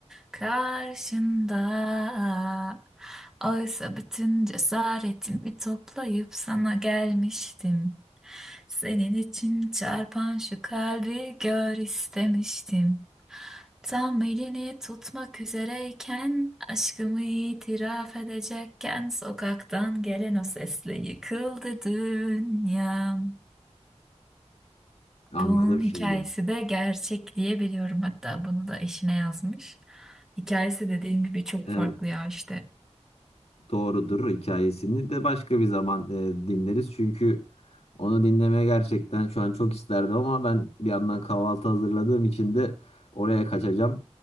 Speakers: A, in the centre; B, on the left.
A: karşında. Oysa bütün cesaretimi toplayıp sana gelmiştim. Senin için çarpan şu kalbi gör istemiştim. Tam elini tutmak üzereyken, aşkımı itiraf edecekken, sokaktan gelen o sesle yıkıldı dünyam.
B: Anladım
A: Bunun hikayesi
B: şimdi.
A: de gerçek diye biliyorum. Hatta bunu da eşine yazmış. Hikayesi dediğim gibi çok
B: Evet.
A: farklı ya işte.
B: Doğrudur hikayesini de başka bir zaman e, dinleriz. Çünkü onu dinlemeye gerçekten şu an çok isterdim ama ben bir yandan kahvaltı hazırladığım için de oraya kaçacağım.